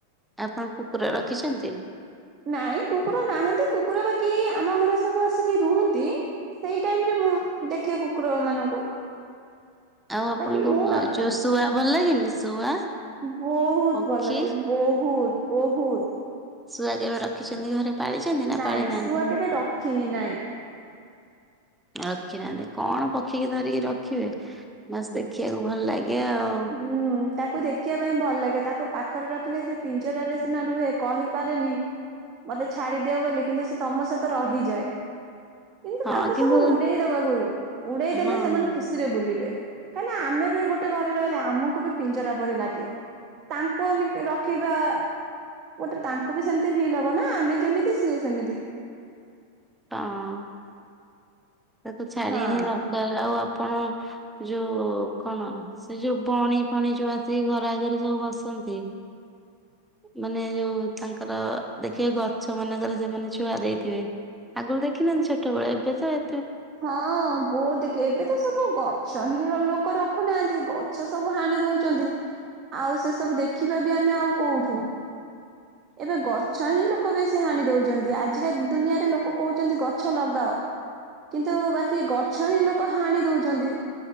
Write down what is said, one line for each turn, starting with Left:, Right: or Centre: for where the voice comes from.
Centre: ଆପଣ କୁକୁର ରଖିଛନ୍ତି?
Right: ନାଇଁ କୁକୁର ନାହାଁନ୍ତି କୁକୁର ବାକି ଆମ ଘରେ ସବୁ ଆସିକି ରୁହନ୍ତି। ସେଇ ଟାଇମ ରେ ମୁଁ ଦେଖେ କୁକୁର ମାନଙ୍କୁ।
Centre: ଆଉ ଆପଣଙ୍କୁ
Right: ବାକି ମୁଁ
Centre: କଁ ଯଉ ଶୁଆ ଭଲ ଲାଗେନି ଶୁଆ?
Right: ବହୁତ୍
Centre: ପକ୍ଷୀ?
Right: ଭଲ ଲାଗେ ବହୁତ୍ ବହୁତ୍।
Centre: ଶୁଆ କେବେ ରଖିଛନ୍ତି ଘରେ ପାଳିଛନ୍ତି ନା
Right: ନାଇଁ
Centre: ପାଳି ନାହାନ୍ତି।
Right: ଶୁଆ କେବେ ରଖିନି ନାଇଁ।
Centre: ରଖି ନାହାନ୍ତି କଣ ପକ୍ଷୀକି ଧରିକି ରଖିବେ ବାସ୍ ଦେଖିବାକୁ ଭଲ୍ ଲାଗେ। ଆଉ।
Right: ହୁଁ ତାକୁ ଦେଖିଆ ପାଇଁ ଭଲ ଲାଗେ ତାକୁ ପାକ୍ ପାଖରେ ରଖିଲେ ସେ ପିଞ୍ଚରାରେ ସିନା ରୁହେ କହିପାରେନି। ମତେ ଛାଡିଦିଅ ବୋଲି କିନ୍ତୁ ସେ ତମ ସହିତ ରହିଯାଏ। କିନ୍ତୁ
Centre: ହଁ
Right: ତାଙ୍କୁ
Centre: କିନ୍ତୁ
Right: ସବୁ ଉଡେଇ ଦବାକୁ ଉଡେଇ ଦେଲେ
Centre: ହଁ
Right: ସେମାନେ
Centre: ହଁ
Right: ଖୁସିରେ ବୁଲିବେ। କାଇଁନା ଆମେ ବି ଗୋଟେ ଘରେ ରେ ରହିଲେ ଆମକୁ ବି ପିଞ୍ଜରା ପରି ଲାଗେ ତାଙ୍କୁ ଆମେ ରଖିବା ଗୋଟେ ତାଙ୍କୁ ବି ସେମତି ଫିଲ୍ ହବ ନା ଆମେ ଯେମିତି ସିଏ ସେମିତି।
Centre: ହଁ ତାକୁ ଛାଡିବା
Right: ହଁ
Centre: ହିଁ <unintelligible> ଆଉ ଆପଣ ଯଉ କଣ ସେ ଯଉ ବଣି ଫଣି ଯଉ ଆସି ଘର ଆଗରେ ସବୁ ବସନ୍ତି।
Right: <inaudible>
Centre: ମାନେ ଯଉ ତାଙ୍କର ଦେଖିବେ ଗଛ ମାନଙ୍କରେ ସେମାନେ ଛୁଆ ଦେଇଥିବେ। ଆଗରୁ ଦେଖିନାହାନ୍ତି ଛୋଟବେଳେ ଏବେ ତ ଏ
Right: ହଁ ବହୁତ ଦେଖେ ଏବେ ତ ସବୁ ଗଛ ହିଁ ଲୋକ ରଖୁନାହାନ୍ତି ଗ ମିଛ ସବୁ ହାଣି ଦଉଛନ୍ତି ଆଉ ସେ ସବୁ ଦେଖିବା ବି ଆମେ ଆଉ କୋଉଠୁ। ଏବେ ଗଛ ହିଁ ଲୋକ ବେଶୀ ସେ ହାଣି ଦଉଛନ୍ତି ଆଜିକା ଦୁନିଆରେ ଲୋକ କହୁଛନ୍ତି ଗଛ ଲଗାଅ। କିନ୍ତୁ ବାକି ଗଛ ହିଁ ଲୋକ ହାଣି ଦଉଛନ୍ତି।